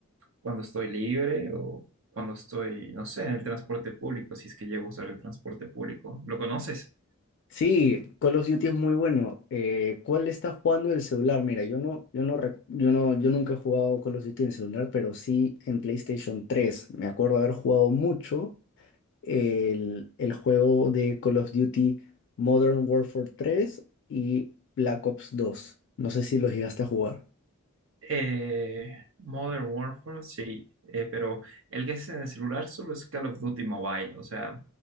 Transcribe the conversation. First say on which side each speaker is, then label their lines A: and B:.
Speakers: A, on the right (about 65°); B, on the left (about 55°).
A: cuando estoy libre o cuando estoy, no sé, en el transporte público, si es que llego a usar el transporte público. ¿Lo conoces?
B: Sí, Call of Duty es muy bueno. Eh, ¿cuál estás jugando en el celular? Mira, yo no, yo no, rec- yo no, yo nunca he jugado Call of Duty en el celular, pero sí en PlayStation tres. Me acuerdo haber jugado mucho. el, el juego de Call of Duty Modern Warfare tres y Black Ops dos No sé si los llegaste a jugar.
A: Eh, Modern Warfare, sí, eh, pero el que es en el celular solo es Call of Duty Mobile, o sea,